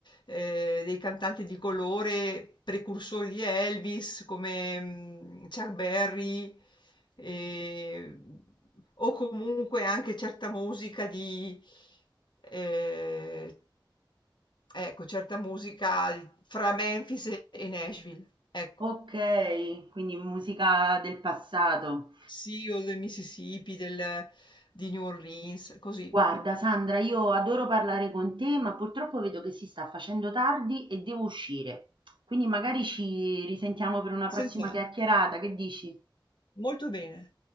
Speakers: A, on the left; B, on the right.
A: eh, dei cantanti di colore, precursori di Elvis come mh, Chuck Berry e- o comunque anche certa musica di, eh, ecco, certa musica al- fra Memphis e e Nashville, ecco,
B: Ok, quindi musica del passato.
A: sì, o del Mississippi, del- di New Orleans, così.
B: Guarda, Sandra, io adoro parlare con te, ma purtroppo vedo che si sta facendo tardi e devo uscire. Quindi magari ci risentiamo per una
A: Sentiamo,
B: prossima chiacchierata, che dici?
A: molto bene.